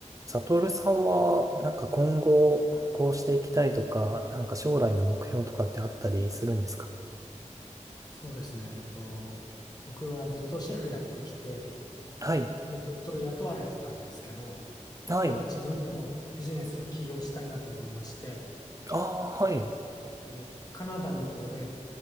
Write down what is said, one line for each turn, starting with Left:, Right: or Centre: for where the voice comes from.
Right: サトルさんは、なんか今後、こうしていきたいとか、なんか将来の目標とかってあったりするんですか
Left: そうですね。えっと、僕はずっとシェフやってきて、
Right: はい。
Left: で、ずっと雇われてたんですけど、
Right: はい。
Left: 今度は自分でもビジネスを起業したいなと思いまして、
Right: ああ、はい。
Left: でカナダの方で、